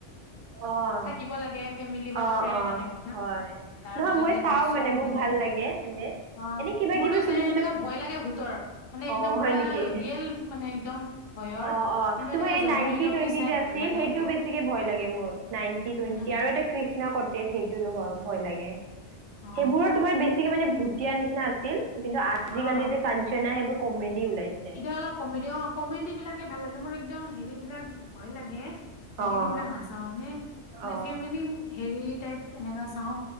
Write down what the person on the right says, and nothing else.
অ'।
অ',
অ',
হয়।
নহয়
মই
চাওঁ
মানে মোক
ভাল
লাগে এনে।
এনে কিবা
কিবি ফিল্মটো
অ',
হয় নেকি?
অ', অ',
তুমি
এই
নাইনটি
টুৱেণ্টি
যে
আছিল,
সেইটো
বেছিকে ভয় লাগে মোৰ। নাইনটি
টুৱেণ্টি, আৰু এটা কৃষ্ণা ক'টেজ সেইটোৰো ভ- ভয় লাগে।
সেইবোৰো তোমাৰ বেছিকে মানে ভুটিয়া নিচিনা আছিল, কিন্তু আজিকালি
যে কাঞ্চনা সেইবোৰ কমেডি ওলাই
অ',
অ'।